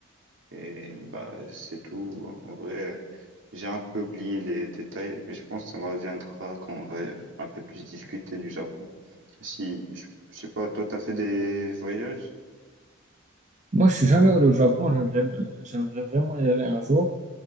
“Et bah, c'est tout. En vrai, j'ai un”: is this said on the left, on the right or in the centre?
Right